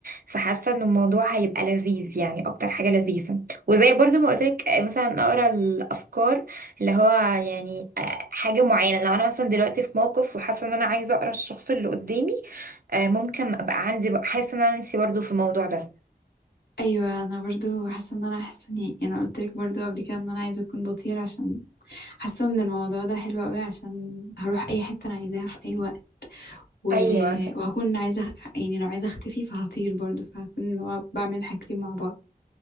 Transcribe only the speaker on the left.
ايوه انا برضو حاسه ان انا حاسه اني يعني انا قلت لك برضو قبل كده ان انا عايزه اكون بطير عشان حاسه ان الموضوع ده حلو قوي عشان هروح اي حته انا عايزاها في اي وقت و...
وهكون عايزه يعني لو عايزه اختفي فهطير برضو فهكون اللي هو بعمل حاجتين مع بعض